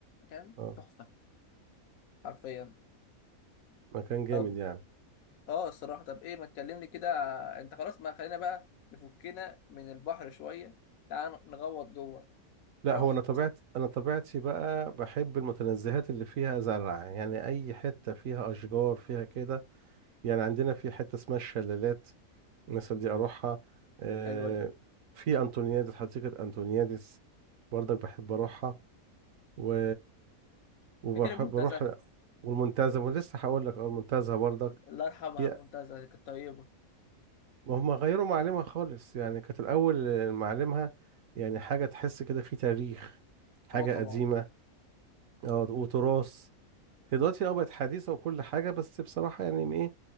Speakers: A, on the left (about 75°); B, on the right (about 70°).
A: كان
B: اه
A: تحفة حرفيا
B: مكان جامد
A: طب
B: يعني
A: اه الصراحه طب ايه ما تكلمني كده انت خلاص ما خلينا بقى نفكنا من البحر شويه تعال نغوط جوه
B: لا
A: رحت
B: هو انا طبيعت انا طبيعتي بقى بحب المتنزهات اللي فيها زرع يعني اي حته فيها اشجار فيها كده يعني عندنا في حته اسمها الشلالات مثلا دي اروحها آه
A: حلوه دي
B: في انطونيادس حديقه انطونيادس برضك بحب اروحها و وبروح
A: فاكر المنتزه
B: بروح والمنتزه ولسه هقول لك اه المنتزه برضك
A: الله يرحمها
B: هي
A: المنتزه دي كانت طيبه
B: ما هم غيروا معالمها خالص يعني كانت الأول معالمها يعني حاجة تحس كده في تاريخ حاجة
A: اه طبعا
B: قديمة اه وتراث هي دلوقتي اه بقت حديثة وكل حاجة بس بصراحة يعني م- ايه